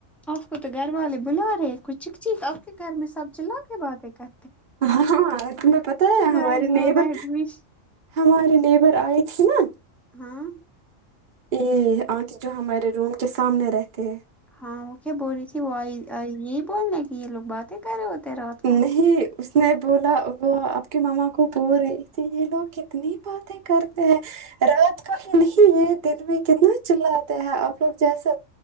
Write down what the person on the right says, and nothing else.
ہاں ہاں تمہیں پتہ ہے
ہمارے
neighbour
ہمارے نیبر آئے تھے نا
یہ آنٹی جو ہمارے روم کے سامنے رہتے ہے
نہیں
اس نے بولا وہ آپ کی مما کو بول رہی تھی یہ لوگ کتنی باتیں کرتے ہیں رات کو ہی نہیں یہ دن میں کتنا چلاتے ہیں آپ لوگ جیسے